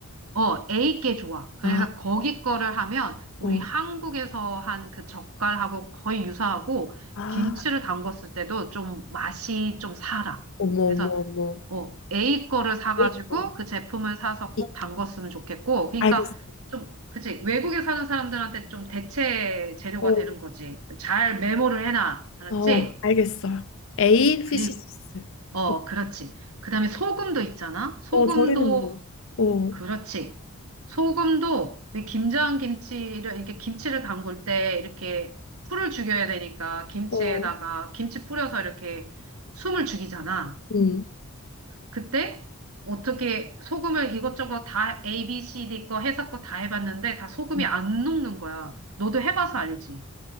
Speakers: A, on the right; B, on the left.
A: 어 A께 좋아. 그래서
B: 아,
A: 거기 거를 하면 우리
B: 어,
A: 한국에서 한 그 젓갈하고 거의 유사하고
B: 아,
A: 김치를 담궜을 때도 좀 맛이 좀 살아.
B: 어머,
A: 그래서
B: 어머, 어머.
A: 어, A 거를 사가지고
B: A 거.
A: 그 제품을 사서 꼭
B: 이-
A: 담갔으면 좋겠고, 그러니까
B: 알겠어.
A: 좀, 그치, 외국에 사는 사람들한테 좀 대체 재료가
B: 어,
A: 되는 거지. 잘 메모를 해놔. 알았지?
B: 어, 알겠어. A
A: 그리고,
B: 피쉬 소스.
A: 어,
B: 오케이.
A: 그렇지. 그 다음에 소금도 있잖아? 소금도,
B: 어, 절이는 거. 어,
A: 그렇지. 소금도, 이 김장 김치를, 이렇게 김치를 담글 때 이렇게 풀을 죽여야 되니까 김치에다가
B: 어,
A: 김치 뿌려서 이렇게 숨을 죽이잖아.
B: 응.
A: 그때 어떻게 소금을 이것저것 다 A, B, C, D 거 회사 거 다 해봤는데 다 소금이
B: 응.
A: 안 녹는 거야. 너도 해봐서 알지.